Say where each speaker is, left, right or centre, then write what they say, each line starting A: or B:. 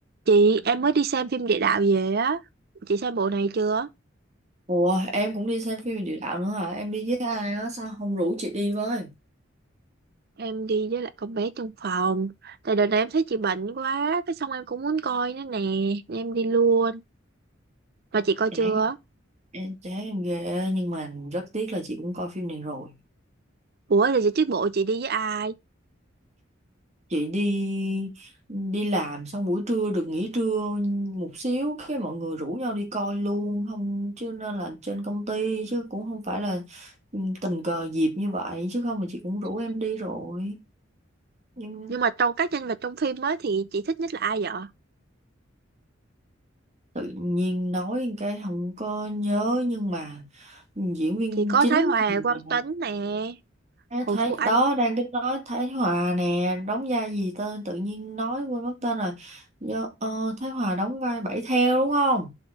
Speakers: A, on the right; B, on the right.
A: Chị em mới đi xem phim địa đạo về á. Chị xem bộ này chưa?
B: Ủa em cũng đi xem phim về địa đạo nữa hả? Em đi với ai á? Sao không rủ chị đi với?
A: Em đi với lại con bé trong phòng. Tại đợt này em thấy chị bệnh quá, cái xong em cũng muốn coi nữa nè, nên em đi luôn. Mà chị coi chưa?
B: Chán em chán em ghê nhưng mà rất tiếc là chị cũng coi phim này rồi.
A: Ủa là chị trước bộ chị đi với ai?
B: Chị đi đi làm xong buổi trưa được nghỉ trưa một xíu cái mọi người rủ nhau đi coi luôn không chứ nên là trên công ty chứ cũng không phải là ừ, tình cờ dịp như vậy chứ không là chị cũng rủ em
A: Ừ.
B: đi rồi. Nhưng
A: Nhưng mà trong các nhân vật trong phim á thì chị thích nhất là ai vậy?
B: tự nhiên nói cái không có nhớ nhưng mà diễn viên
A: Thì có
B: chính
A: Thái Hòa,
B: thì
A: Quang
B: là
A: Tấn nè,
B: Ê,
A: Hồ
B: thấy
A: Thu Anh,
B: đó đang cái nói Thái Hòa nè đóng vai gì tên tự nhiên nói quên mất tên rồi Do, ờ, Thái Hòa đóng vai Bảy Theo đúng không